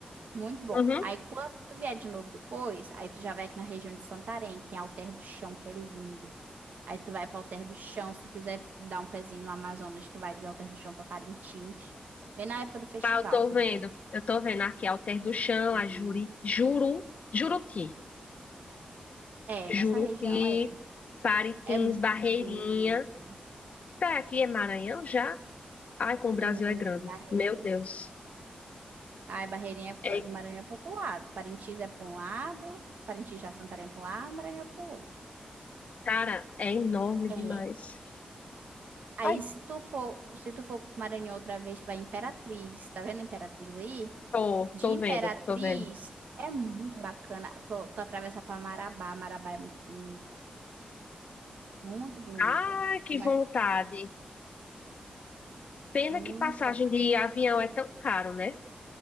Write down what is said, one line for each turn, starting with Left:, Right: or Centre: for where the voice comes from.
Right: Muito bom.
Left: uhum.
Right: Aí quando tu vier de novo depois, aí tu já vai aqui na região de Santarém, que tem Alter do Chão, que é lindo. Aí tu vai pra Alter do Chão, se tu quiser dar um pezinho no Amazonas, tu vai de Alter do Chão pra Parintins. Bem na época do festival,
Left: Ah, eu tô
Right: muito
Left: vendo.
Right: bom.
Left: Eu tô vendo aqui Alter do Chão,
Right: Uhum.
Left: a Juri, Juru, Juruti.
Right: É,
Left: Juruti,
Right: nessa região aí.
Left: Paritins,
Right: É muito
Left: Barreirinha.
Right: bonito.
Left: Tá, aqui é Maranhão já? Ai, como o Brasil
Right: Hum,
Left: é grande.
Right: Barre...
Left: Meu Deus.
Right: Ai, Barreirinha, é pa-
Left: É,
Right: Maranhão é pro outro lado. Parintins é pra um lado, Parintins já Santarém é pra um lado, Maranhão é pro outro.
Left: cara, é enorme
Right: É.
Left: demais.
Right: Aí,
Left: Ai,
Right: se tu for, se tu for pro Maranhão outra vez, tu vai em Imperatriz. Tá vendo a Imperatriz aí?
Left: tô,
Right: De
Left: tô
Right: Imperatriz
Left: vendo, tô vendo.
Right: é muito bacana. Tu, tu atravessa pra Marabá. Marabá é muito bonito. Muito bonito.
Left: Ai, que
Right: Uma-
Left: vontade. Pena
Right: Muito
Left: que passagem
Right: bacana.
Left: de avião é tão caro, né?